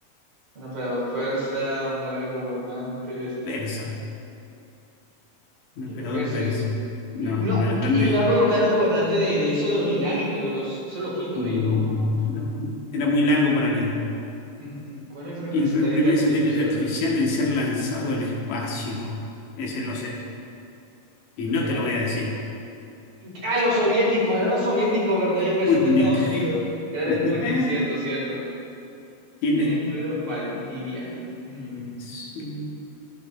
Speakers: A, on the right; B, on the left.
A: un emperador persa, un lugar de gobernantes.
B: Persa, un
A: Yo
B: emperador
A: creo que sí.
B: persa. No,
A: No,
B: uno de los grandes
A: i- iba a colocar un gobernante de, de eso de los islámicos, de los, esos loquitos,
B: Mm,
A: ey, no, no, no.
B: no, era muy largo para leer.
A: Ujú. ¿Cuál fue el
B: Y
A: primer
B: fue
A: satélite
B: el primer
A: artificial?
B: satélite artificial en ser lanzado al espacio. Ese lo sé. Y
A: Creo
B: no
A: que era
B: te lo
A: él.
B: voy a decir.
A: Ah, los soviéticos, eran los soviéticos, ¿verdad? Yo
B: Sputnik.
A: pensando en Estados Unidos. Era el
B: <laughs>
A: Sputnik, cierto, cierto.
B: ¿Quién
A: ¿Quién
B: es?
A: es Pedro Valdivia? Mm.
B: Sí.